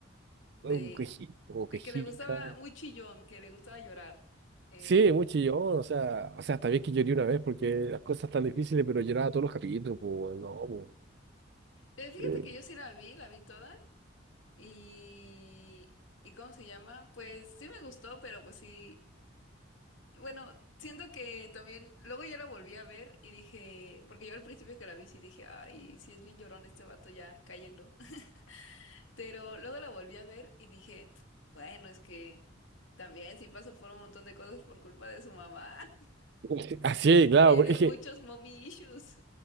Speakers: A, on the left; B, on the right.
A: de,
B: o queji- o quejica.
A: de que le gustaba, muy chillón, que le gustaba llorar. Eh,
B: Sí, muy chillón, o sea, o sea, está bien que lloré una vez porque las cosas están difíciles, pero lloraba todos los capítulos, pues, no,
A: eh, fíjate
B: pues. Eh,
A: que yo sí la vi, la vi toda, y, ¿y cómo se llama? Pues sí me gustó, pero pues sí. Bueno, siento que también, luego ya la volví a ver y dije, porque yo al principio que la vi sí dije, ay, sí es bien llorón este vato ya cayendo, <laughs> pero luego la volví a ver y dije, bueno, es que también sí pasó por un montón de cosas por culpa de su mamá, <laughs>
B: <laughs> Así, claro,
A: tiene
B: porque es
A: muchos
B: que
A: mommy issues.